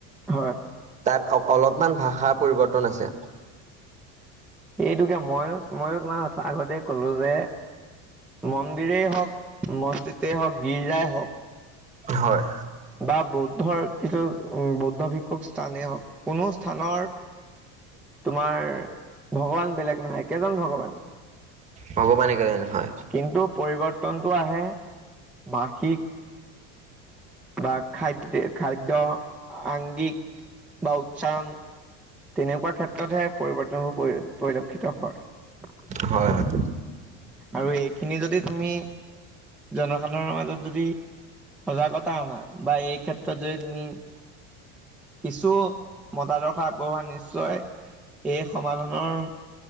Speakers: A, in the centre; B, on the right.
A: হয়।
B: তাত অ অলপমান ভাষাৰ পৰিৱৰ্তন আছে।
A: সেইটোকে মইও মইও তোমাক আগতে কলোঁ যে মন্দিৰেই হওঁক মছজিদ হওঁক গীৰ্জাই হওঁক
B: হয়।
A: বা বৌদ্ধৰ কিছু উ বৌদ্ধ ভিক্ষুক স্থানেই হওঁক, কোনো স্থানৰ তোমাৰ ভগৱান বেলেগ নহয় একেজন ভগৱানেই।
B: ভগৱানে কেইজন হয়।
A: কিন্তু পৰিৱৰ্তনটো আহে ভাষিক বা খাদ্ খাদ্য আংগিক বা উচ্চাৰণ তেনেকুৱা ক্ষেত্ৰতহে পৰিৱৰ্তনবোৰ পৰি পৰিলক্ষিত হয়।
B: হয়, হয়।
A: আৰু এইখিনি যদি তুমি জনসাধাৰণৰ মাজত যদি সজাগতা অনা, বা এই ক্ষেত্ৰত যদি তুমি কিছু মতাৰ্দশ পাবা নিশ্চয়, এই সমাধানৰ